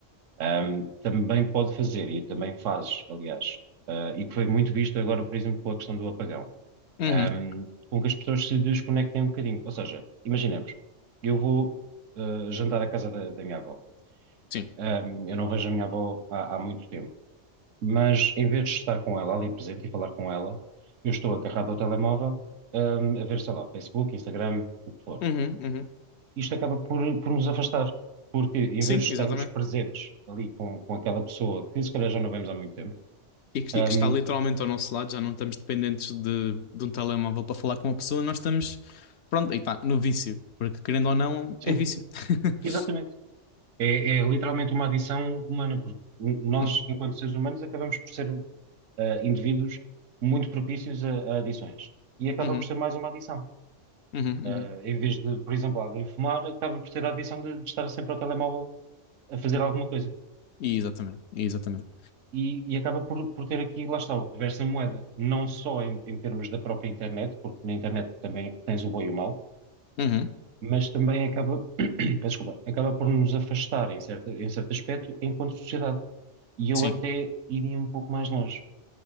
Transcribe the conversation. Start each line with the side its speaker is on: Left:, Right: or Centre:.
Right: ahm, também pode fazer, e também fazes, aliás, ah, e que foi muito visto agora, por exemplo, com a questão do apagão,
Left: Uhum.
Right: ahm, com que as pessoas se desconectem um bocadinho. Ou seja, imaginemos, eu vou, ah, jantar à casa da, da minha avó.
Left: Sim.
Right: Ahm, eu não vejo a minha avó há há muito tempo mas em vez de estar com ela ali presente e falar com ela, eu estou agarrado ao telemóvel, hum, a ver, sei lá, Facebook, Instagram, o que for.
Left: Uhum. Uhum.
Right: Isto acaba por, por nos afastar, porque em
Left: Sim,
Right: vez de estarmos
Left: exatamente.
Right: presentes ali com, com aquela pessoa que se calhar já não vemos há muito tempo,
Left: E que,
Right: hum,
Left: e que está literalmente ao nosso lado, já não estamos dependentes de, de um telemóvel para falar com uma pessoa, nós estamos, pronto, aí está, no vício. Porque querendo ou não,
Right: sim,
Left: é vício. <laughs>
Right: exatamente. É, é literalmente uma adição humana, porque nós,
Left: Uhum.
Right: enquanto seres humanos, acabamos por ser, ah, indivíduos muito propícios a, a adições. E acaba
Left: Uhum.
Right: por ser mais uma adição.
Left: Uhum.
Right: Eh,
Left: Uhum.
Right: em vez de, por exemplo, alguém fumar, acaba por ter a adição de, de estar sempre ao telemóvel a fazer alguma coisa.
Left: Exatamente. Exatamente.
Right: E, e acaba por, por ter aqui, lá está, o reverso em moeda, não só em, em termos da própria internet, porque na internet também tens o bom e o mau,
Left: Uhum.
Right: mas também acaba, <clears throat> peço desculpa, acaba por nos afastar em certo, em certo aspecto enquanto sociedade. E eu
Left: Sim.
Right: até iria um pouco mais longe.